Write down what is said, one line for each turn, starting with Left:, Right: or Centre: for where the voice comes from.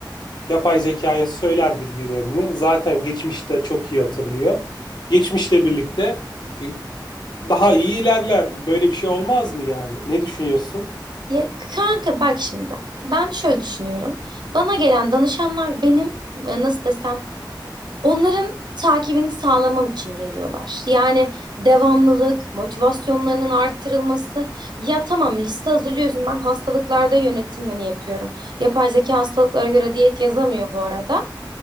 Left: Yapay zekaya söyler bilgilerini. Zaten geçmişte çok iyi hatırlıyor. Geçmişle birlikte e, daha iyi ilerler. Böyle bir şey olmaz mı yani? Ne düşünüyorsun?
Right: Ya kanka bak şimdi. Ben şöyle düşünüyorum. Bana gelen danışanlar benim e, nasıl desem Onların takibini sağlamam için geliyorlar. Yani devamlılık, motivasyonlarının arttırılması. Ya tamam liste hazırlıyorsun. Ben hastalıklarda yönetim hani yapıyorum. Yapay zeka hastalıklara göre diyet yazamıyor bu arada.